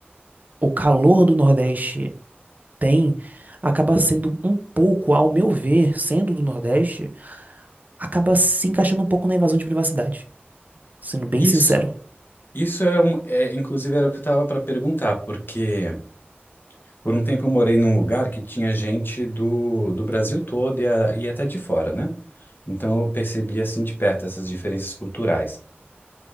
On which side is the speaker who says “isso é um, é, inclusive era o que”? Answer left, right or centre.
Left